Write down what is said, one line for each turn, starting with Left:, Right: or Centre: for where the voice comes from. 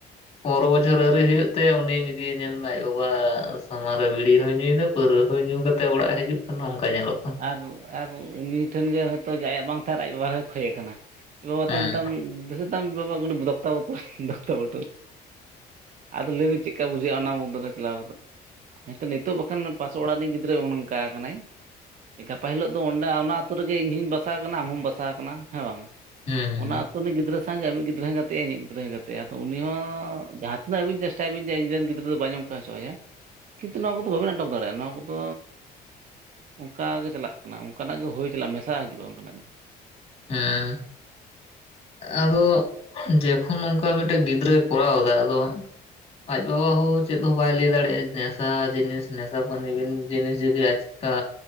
Left: ᱯᱚᱸᱫᱽᱨᱚ ᱵᱚᱪᱷᱚᱨ ᱟᱹᱣᱨᱤ ᱦᱩᱭᱩᱜ ᱛᱟᱭᱟ ᱩᱱᱤ ᱤᱫᱤᱭᱮ ᱧᱮᱞ ᱢᱮ ᱟᱡ ᱵᱟᱵᱟ ᱟᱻ ᱥᱟᱢᱟᱝ ᱨᱮ ᱵᱤᱲᱤ ᱦᱚᱸᱭ ᱧᱩᱭ ᱮᱫᱟ, ᱯᱟᱹᱣᱨᱟᱹ ᱦᱚᱭ ᱧᱩ ᱠᱟᱛᱮ ᱚᱲᱟᱜ ᱮ ᱦᱟᱡᱩᱜ ᱠᱟᱱᱟ, ᱚᱝᱠᱟ ᱧᱮᱞᱚᱜ ᱠᱟᱱᱟ᱾
Right: ᱟᱨᱦᱚᱸ ᱟᱨ ᱩᱱᱤ ᱴᱷᱮᱸᱱ ᱜᱮ ᱦᱚᱭᱛᱳᱡ ᱟᱭᱟᱜ ᱵᱟᱝ ᱴᱷᱟᱨ ᱟᱡ ᱵᱟᱵᱟ ᱦᱚᱸᱭ ᱠᱷᱚᱭ ᱟᱠᱟᱱᱟ, ᱟᱡ ᱵᱟᱵᱟ
Left: ᱦᱮᱸ
Right: ᱫᱮᱱ ᱛᱟᱢ ᱫᱮᱥᱮ ᱛᱟᱢ ᱵᱟᱵᱟ ᱠᱟᱹᱴᱤᱵ ᱫᱚᱠᱛᱟ ᱵᱚᱛᱚᱞ ᱫᱚᱠᱛᱟ ᱯᱚᱴᱳᱞ᱾ ᱟᱫᱚ ᱞᱟᱹᱭᱢᱮ ᱪᱮᱜᱠᱟ ᱵᱩᱡᱷᱟᱹᱜᱼᱟ ᱚᱱᱟ ᱢᱩᱫᱽᱨᱮ ᱪᱟᱞᱟᱣ ᱠᱟᱛᱮᱜ ᱦᱮᱸᱛᱚ ᱱᱤᱛᱚᱜ ᱵᱟᱠᱷᱟᱱ ᱯᱟᱥ ᱚᱲᱟᱜ ᱨᱤᱱᱤᱡ ᱜᱤᱫᱽᱨᱟᱹᱭ ᱚᱱ ᱚᱝᱠᱟ ᱠᱟᱱᱟᱭ ᱜᱟᱯᱟ ᱦᱤᱞᱳᱜ ᱫᱚ ᱚᱸᱰᱮ ᱚᱱᱟ ᱟᱛᱳ ᱨᱮᱜᱮ ᱤᱧᱦᱚᱧ ᱵᱟᱥᱟᱣ ᱠᱟᱱᱟ ᱟᱢ ᱦᱚᱢ ᱵᱟᱥᱟᱣ ᱠᱟᱱᱟ ᱦᱮᱸ ᱵᱟᱝ
Left: ᱦᱮᱸ
Right: ᱚᱱᱟ ᱩᱱᱤ ᱜᱤᱫᱨᱟᱹ ᱥᱟᱶᱜᱮ ᱟᱹᱢᱤᱡ ᱜᱤᱫᱽᱨᱟᱹ ᱦᱚᱸᱭ ᱜᱟᱛᱮᱜᱼᱟ ᱤᱧᱤᱡ ᱜᱤᱫᱽᱨᱟᱹ ᱦᱚᱸᱭ ᱜᱟᱛᱮᱜᱼᱟ ᱟᱫᱚ ᱩᱱᱤ ᱦᱚᱸ ᱡᱟᱦᱟᱸᱛᱤᱱᱟᱹᱜ ᱟᱹᱵᱤᱱ ᱪᱮᱥ ᱴᱟᱭᱵᱤᱱ ᱡᱮ ᱤᱧᱨᱮᱱ ᱜᱤᱫᱽᱨᱟᱹ ᱫᱚ ᱵᱟᱧ ᱚᱝᱠᱟ ᱦᱚᱪᱚᱣᱟᱭᱟ ᱠᱤᱱᱛᱩ
Left: ᱦᱮᱸ
Right: ᱱᱚᱣᱟ ᱠᱚᱫᱚ ᱵᱟᱵᱮᱱ ᱟᱴᱚᱠ ᱫᱟᱲᱮᱭᱟᱜᱼᱟ ᱱᱚᱣᱟ ᱠᱚᱫᱚ ᱚᱝᱠᱟ ᱜᱮ ᱪᱟᱞᱟᱜ ᱠᱟᱱᱟ ᱚᱝᱠᱟᱱᱟᱜ ᱜᱮ ᱦᱳᱭ ᱪᱟᱞᱟᱜᱼᱟ ᱢᱮᱥᱟ ᱦᱤᱡᱩᱜᱼᱟ ᱚᱝᱠᱟᱱᱟᱜ ᱜᱮ
Left: ᱦᱮᱸ ᱟᱫᱚ ᱡᱮᱠᱷᱚᱱ ᱚᱝᱠᱟ ᱢᱤᱫᱴᱮᱜ ᱜᱤᱫᱽᱨᱟᱹᱭ ᱠᱚᱨᱟᱣ ᱫᱟᱭ ᱟᱫᱚ ᱟᱡ ᱵᱟᱵᱟ ᱦᱚᱸ ᱪᱮᱫ ᱦᱚᱸ ᱵᱟᱭ ᱞᱟᱹᱭ ᱫᱟᱲᱮᱭᱟᱜᱼᱟ ᱱᱮᱥᱟ ᱡᱤᱱᱤᱥ ᱱᱮᱥᱟᱯᱟᱹᱱᱤ ᱵᱤᱱ ᱡᱤᱱᱤᱥ ᱡᱩᱫᱤ ᱟᱡ ᱠᱟ